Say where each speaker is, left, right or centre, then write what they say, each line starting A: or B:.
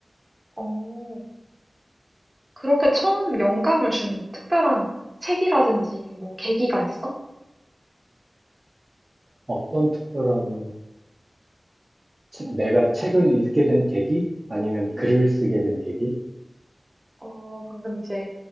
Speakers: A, on the right; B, on the right.
A: 어. 그렇게 처음 영감을 준 특별한 책이라든지 뭐 계기가 있어?
B: 어떤 특별한, 책- 내가
A: 어,
B: 책을 읽게 된 계기? 아니면
A: 음,
B: 글을 쓰게 된 계기?
A: 어, 방금 이제